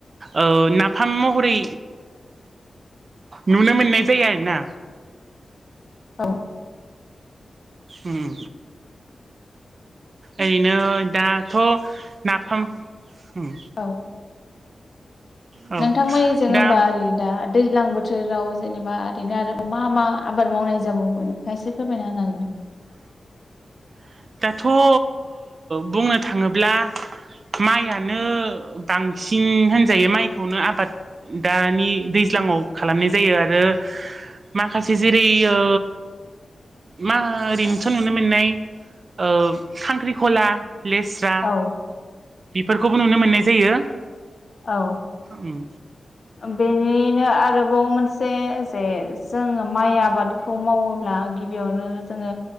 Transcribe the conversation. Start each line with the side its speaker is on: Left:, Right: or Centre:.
Right: ओ नाफाम महरै नुनो मोननाय जायो आरो ना
Left: औ
Right: उम ओरैनो दाथ' नाफाम उम
Left: औ
Right: औ
Left: नोंथांमोननिजों
Right: दा
Left: होमबा ओरै दा दैज्लां बोथोराव जेनेबा ओरैनो आरो मा मा आबाद मावनाय जाबावो नोंथाङा एसे फोरमायना होनो हागोन नामा
Right: <unintelligible> दाथ' ओ बुंनो थाङोब्ला माइयानो बांसिन होनजायो माइखौनो आबाद दानि दै ज्लाङाव खालामनाय जायो आरो माखासे जेरै ओ मा ओरैनोथ'
Left: औ
Right: नुनो मोननाय ओ खांख्रिखला लेस्रा
Left: औ
Right: बेफोरखौबो नुनो मोननाय जायो
Left: औ
Right: उम
Left: बेनिनो आरो गोबाव मोनसे जे जोङो माइ आबादखौ मावोब्ला गिबियावनो जोङो